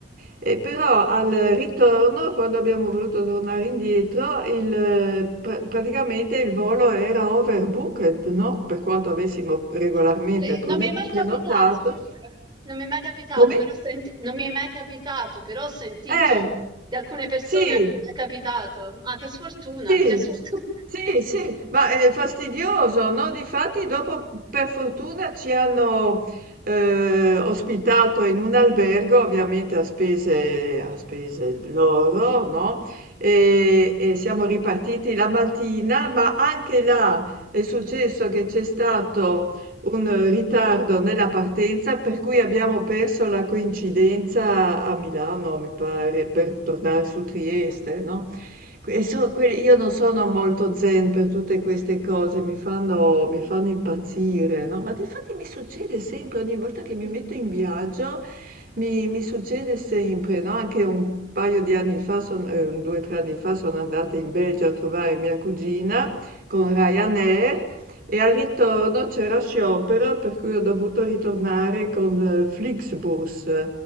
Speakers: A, on the right; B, on the right.
A: e però al ritorno, quando abbiamo voluto tornare indietro, il, eh, pr- praticamente il volo era overbooked, no? Per quanto avessimo regolarmente
B: Ah, dai,
A: prone-
B: non mi è mai
A: prenotato.
B: capitato, però. Non mi è mai capitato,
A: Come?
B: però senti- non mi è mai capitato, però ho sentito
A: Eh,
B: di alcune persone
A: sì,
B: a cui è capitato. Ah, che sfortuna,
A: sì,
B: che sfortuna.
A: sì, sì, ma è fastidioso, no? Difatti dopo per fortuna ci hanno eh, ospitato in un albergo, ovviamente a spese, a spese loro, no? E, e siamo ripartiti la mattina, ma anche là è successo che c'è stato un ritardo nella partenza, per cui abbiamo perso la coincidenza a Milano, mi pare, per tornare su Trieste, no? E so- que- io non sono molto zen per tutte queste cose, mi fanno, mi fanno impazzire, no? Ma infatti mi succede sempre, ogni volta che mi
B: <laughs>
A: metto in viaggio, mi, mi succede sempre, no? Anche un paio di anni fa, son- eh, un due o tre anni fa, sono andata in Belgio a trovare mia cugina con Ryanair e al ritorno c'era sciopero, per cui ho dovuto ritornare con eh, Flixbus,